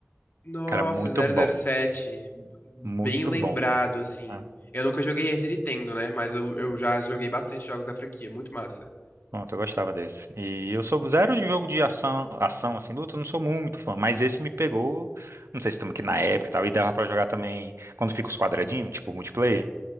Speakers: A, on the left (about 45°); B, on the right (about 90°).
A: Nossa,
B: Cara, muito
A: zero
B: bom.
A: zero sete, Bem
B: Muito
A: lembrado,
B: bom.
A: assim.
B: Ah,
A: Eu nunca joguei esse de Nintendo, né? Mas eu, eu já joguei bastante jogos da franquia. Muito massa.
B: Pronto, eu gostava desse. E eu sou zero de jogo de ação, ação assim, luta, eu não sou muito fã, mas esse me pegou. Não sei se estamos aqui na época e tal. E dava pra jogar também quando fica os quadradinhos, tipo multiplayer.